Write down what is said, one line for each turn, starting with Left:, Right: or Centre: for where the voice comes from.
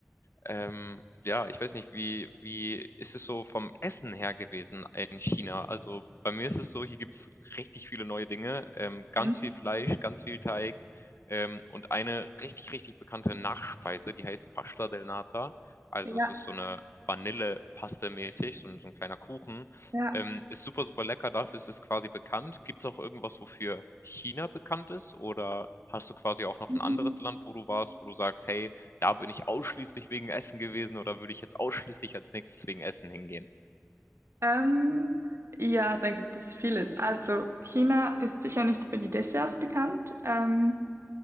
Left: Ähm, ja, ich weiß nicht, wie, wie ist es so vom Essen her gewesen in China? Also bei mir ist es so, hier gibt's richtig viele neue Dinge, ähm, ganz
Right: hm,
Left: viel Fleisch, ganz viel Teig ähm, und eine richtig, richtig bekannte Nachspeise, die heißt Pasta del Nata. Also
Right: ja,
Left: es ist so eine Vanillepaste mäßig, so, ein- so ein kleiner Kuchen.
Right: ja.
Left: Ähm, ist super, super lecker, dafür ist es quasi bekannt. Gibt es auch irgendwas, wofür China bekannt ist? Oder hast du quasi auch noch
Right: hm.
Left: ein anderes Land, wo du warst, wo du sagst, hey, da bin ich ausschließlich wegen Essen gewesen oder würde ich jetzt ausschließlich als nächstes wegen Essen hingehen?
Right: Ähm, ja, da gibt es vieles. Also China ist sicher nicht für die Desserts bekannt. Ähm,